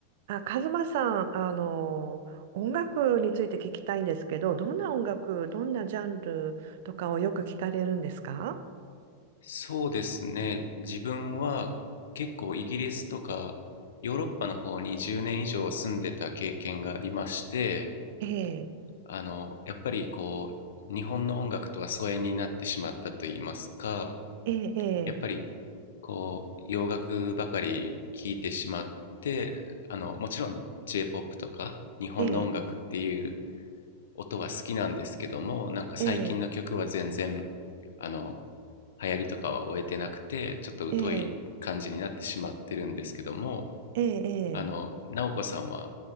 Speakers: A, on the right; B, on the left.
A: あ、カズマさん、あの、音楽について聞きたいんですけど、どんな音楽、どんなジャンルとかをよく聞かれるんですか
B: そうですね。自分は結構イギリスとかヨーロッパの方に10年以上住んでた経験がありまして、
A: ええ、
B: あの、やっぱりこう、日本の音楽とは疎遠になってしまったと言いますか、
A: ええ、
B: やっぱりこう、洋楽ばかり聴いてしまって、あの、もちろん J-POP とか日本の音楽っていう
A: ええ、
B: 音は好きなんですけどもなんか最近の曲は全然
A: ええ、
B: あの流行りとかは終えてなくてちょっと疎い感じになってしまってるんですけども
A: ええ、ええ、ええ、
B: あの直子さんは